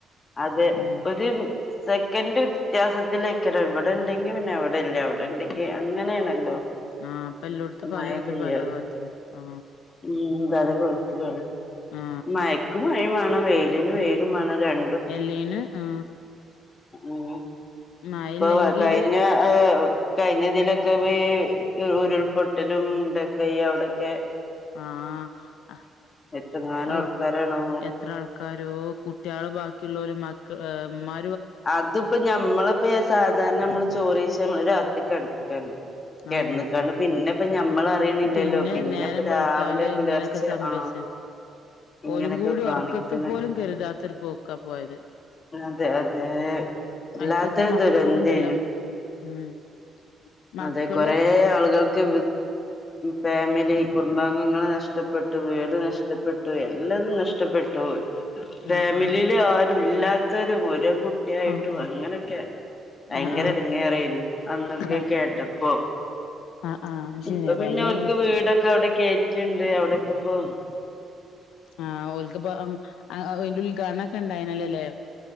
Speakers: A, on the left (about 35°); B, on the left (about 85°).
A: അതെ
B: ഉം
A: ഒരു <inaudible> സെക്കൻറ് വ്യത്യാസത്തി ഇതിലേക്ക ര് ഇവിടെ ഉണ്ടെങ്കി പിന്നെ എവിടെയില്ല അവിടെ ഉണ്ടെ ഏ അങ്ങനെയണല്ലോ
B: ആ അപ്പൊ എല്ലോടത്തും
A: മയ
B: പലവിധം
A: പെയ്യ
B: പല കോലത്തില് ആ
A: <unintelligible>
B: ആ
A: മയക്ക് <unintelligible> മഴയും വാണം വെയിലിന് വെയിലും വാണം ര
B: എല്ലിന് ആ
A: ഉം
B: മഴല്ലെങ്കില്
A: ഇപ്പവാ കഴിഞ്ഞ ഏഹ്‌ കഴിഞ്ഞതിലൊക്കെ വേ ഈ ഉരുൾപൊട്ടലും മുണ്ടക്കൈ അവ്ടൊക്കെ
B: ആഹ് ആഹ്
A: എത്രങ്ങാനും
B: അവു
A: ആൾക്കാരാണോ
B: എത്ര ആൾക്കാരോ കുട്ടിയാള് ബാ ക്കിള്ളോരും മക്കള് ഏഹ് ഇമ്മാ
A: അത്പ്പോ ഞമ്മള്പ്പോയാച് സാധാരണ നമ്മള് ചോറ്ഴ്ച്ച നമ്മള് രാത്രി കിടക്കാണ് കിടന്നക്കാണ്
B: ആന്നെ
A: പിന്നെ ഇപ്പ ഞമ്മൾ അറിയണില്ലല്ലോ
B: പിന്നെ
A: പിന്നെപ്പൊ
B: നേരം
A: രാവിലെ
B: വെളുത്താല്
A: പുലർച്ചെ
B: ഇങ്ങനെയൊക്കെ സംഭവിച്ച്
A: ആ ഇങ്ങനെയൊക്കെ
B: ഓലും കൂടി
A: കാണിക്കണ്
B: ഉറക്കത്ത് പോലും കരുതാത്തൊരു പോക്കാ പോയത്
A: അതെ ഏ വല്ലാത്തൊരു
B: അയിത്തൊക്കെ മക്കളുണ്ടല്ലോ
A: ദുരന്തായിരുന്നു
B: ഉം മക്കള്
A: അതെ കൊറേ ആളുകൾക്ക് ഫാമിലി കുടുംബാംഗങ്ങൾ നഷ്ടപ്പെട്ടു വീട് നഷ്ടപ്പെട്ടു എല്ലരും നഷ്ടപ്പെട്ടു ഫാമിലിയില്
B: ആ ആ
A: ആരും ല്ല അത്തരും ഒരു കുട്ടിയായിട്ടും
B: ആ ആ
A: അങ്ങനെയൊക്കെ ഭയങ്കര
B: ആഹ് ആഹ്
A: ഇടുങ്ങേറനു അന്നൊക്കെ
B: ബ
A: കേട്ടപ്പോ
B: ആഹ് ആഹ് ശരിയാ
A: ഇപ്പൊ പിന്നെ
B: ഭയങ്കര
A: അവക്ക്
B: ബിസ്
A: വീടൊക്കെ അവിടെ കേറ്റുണ്ട് അവിടൊക്കെ ഇപ്പോ
B: ആ ഓല്ക്ക് ഇപ്പൊ അതിന്റെ ഉൽഘാടനം ഉണ്ടായിനിയാല്ലേലെ